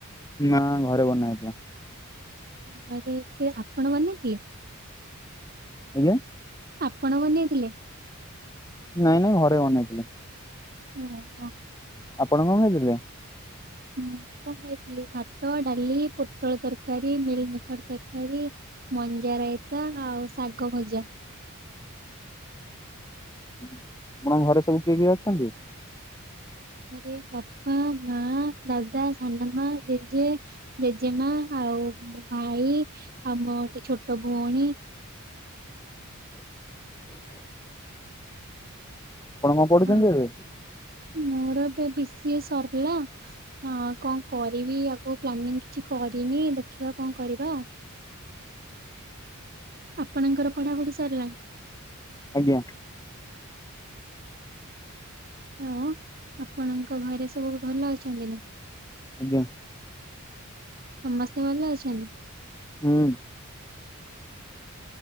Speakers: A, on the left; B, on the right.
A: ନା ଘରେ ବନା ହେଇଥିଲା।
B: ଘରେ କିଏ ଆପଣ ବନେଇଥିଲେ?
A: ଆଜ୍ଞା।
B: ଆପଣ ବନେଇଥିଲେ?
A: ନାଇଁ ନାଇଁ ଘରେ ବନେଇଥିଲେ।
B: ଓହୋ।
A: ଆପଣ କଣ ଖାଇଥିଲେ?
B: ମୁଁ କଣ ଖାଇଥିଲି ଭାତ, ଡାଲି। ପୋଟଳ ତରକାରୀ, ମିଲମିକର ତରକାରୀ, ମଞ୍ଜା ରାଇତା ଆଉ ଶାଗ ଭଜା।
A: ଆପଣଙ୍କ ଘରେ ସବୁ କିଏ କିଏ ଅଛନ୍ତି?
B: ଘରେ ବାପା, ମା, ଦାଦା, ସାନମା, ଜେଜେ। ଜେଜେମା ଆଉ ଭାଇ ଆଉ ମୋ ଛୋଟ ଭଉଣୀ।
A: ଆପଣ କଣ ପଢୁଛନ୍ତି
B: ହଁ
A: ଏବେ
B: ମୋର ଏବେ ବିସିଏ ସରିଲା। ହଁ। କଣ କରିବି ଆଗକୁ ପ୍ଲାନିଂ କିଛି କରିନି ଦେଖିବା କଣ କରିବା ଆଉ। ଆପଣଙ୍କର ପଢାପଢି ସରିଲାଣି?
A: ଆଜ୍ଞା।
B: ଆଉ ଆପଣଙ୍କ ଘରେ ସବୁ ଭଲ ଅଛନ୍ତି ନା?
A: ଆଜ୍ଞା।
B: ସମସ୍ତେ ଭଲ ଅଛନ୍ତି।
A: ହୁଁ